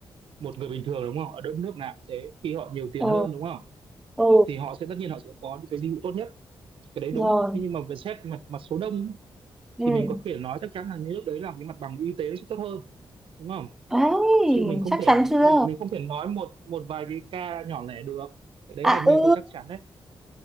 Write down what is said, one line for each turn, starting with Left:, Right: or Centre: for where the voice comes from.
Right: một người bình thường đúng không ở đất nước nào cũng thế khi họ nhiều tiền
Centre: ừ
Right: hơn đúng không
Centre: ừ
Right: thì họ sẽ tất nhiên họ sẽ có những cái dịch vụ tốt nhất cái đấy
Centre: rồi
Right: đúng thế nhưng mà về xét mặt mặt số đông
Centre: ừ
Right: thì mình có thể nói chắc chắn là những nước đấy làm cái mặt bằng y tế nó sẽ tốt hơn đúng không
Centre: ấy
Right: chứ mình không
Centre: chắc
Right: thể
Centre: chắn chưa
Right: mình mình không thể nói một một vài cái ca nhỏ lẻ được cái đấy
Centre: à
Right: là như
Centre: ừ
Right: tôi chắc chắn đấy